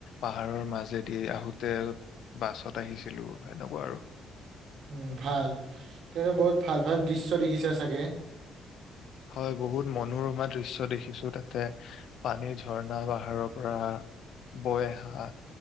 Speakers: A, on the left; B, on the right.
A: পাহাৰৰ মাজেদি আহোতে বাছত আহিছিলো এনেকুৱা আৰু
B: উম ভাল তেনেকে বহুত ভাল ভাল দৃশ্য দেখিছা চাগে
A: হয় বহুত মনোৰমা দৃশ্য দেখিছো তাতে পানী ঝৰ্ণা পাহাৰৰ পৰা বৈ আহা